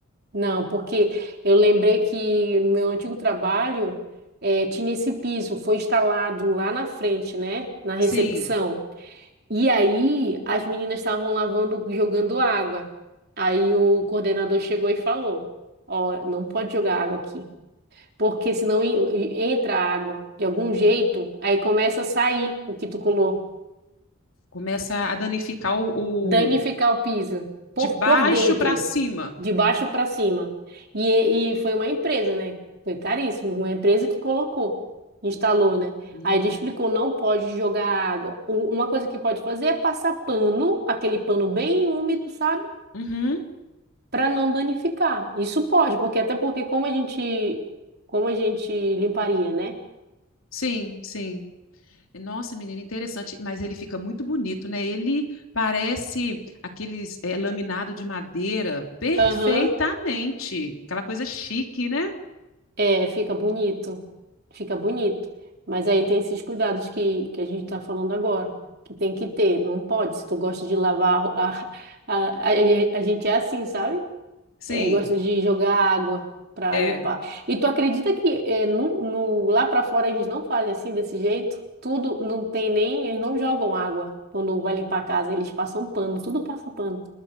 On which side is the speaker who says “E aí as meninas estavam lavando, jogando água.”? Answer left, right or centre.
Right